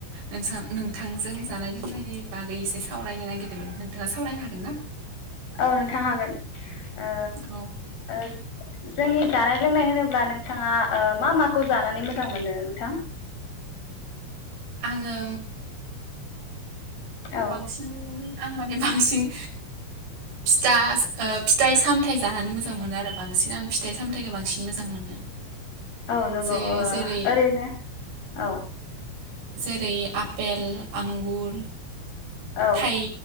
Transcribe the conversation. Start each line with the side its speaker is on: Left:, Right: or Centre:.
Right: नोंसां नोंथांजों जानाय लोंनायनि बागै सावरायनो नागिरदोंमोन नोंथाङा सावरायनो हागोन ना
Left: औ नोंथां हागोन ओ
Right: औ
Left: ओ जोंनि दानाय लोंनाय होनोब्ला नोंथाङा मा माखौ जानानै मोजां मोनो नोंथां
Right: आङो
Left: औ
Right: बांसिन आं माने बांसिन फिथा फिथाइ सामथाइ जानानै मोजां मोनो आरो बांसिन आं फिस्थाइ सामथायाइखो बांसिन मोजां मोनो
Left: औ नंगौ
Right: जे
Left: ओ
Right: जेरै
Left: ओरैनो औ
Right: जेरै आपेल आंगुर <inaudible>
Left: औ
Right: थाइ